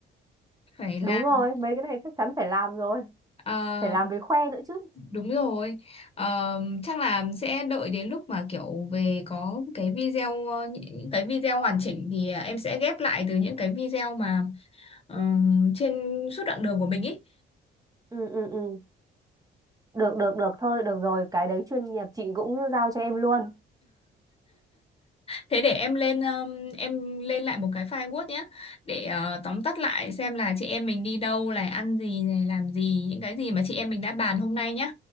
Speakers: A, on the left (about 30°); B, on the right (about 20°).
A: phải làm
B: đúng rồi mấy cái này chắc chắn phải làm rồi
A: Ờ,
B: phải làm với khoe nữa chứ
A: Đúng rồi, Ờ, chắc là sẽ đợi đến lúc mà kiểu về có cái video ờ, những cái video hoàn chỉnh thì ờ, em sẽ ghép lại từ những cái video mà ờm, trên suốt đoạn đường của mình ý.
B: ừ, ừ, ừ. được được được thôi được rồi cái đấy chuyên nghiệp chị cũng giao cho em luôn
A: Thế để em lên ờm, em lên lại một cái file Word nhé để ờ, tóm tắt lại xem là chị em mình đi đâu, là ăn gì, này làm gì, những cái gì mà chị em mình đã bàn hôm nay nhé.